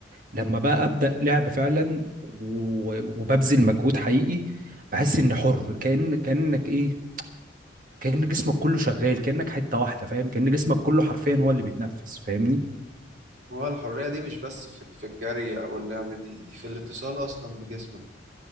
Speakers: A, on the right; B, on the right.
A: لما بقى أبدأ لعب فعلا و... وببذل مجهود حقيقي بحس إني حر كأن كأنك إيه كأن جسمك كله شغال كأنك حتة واحدة فاهم كأن جسمك كله حرفيا هو اللي بيتنفس فاهمني
B: هو الحرية دي مش بس في في الجري أو اللعب دي دي في الاتصال أصلا بجسمك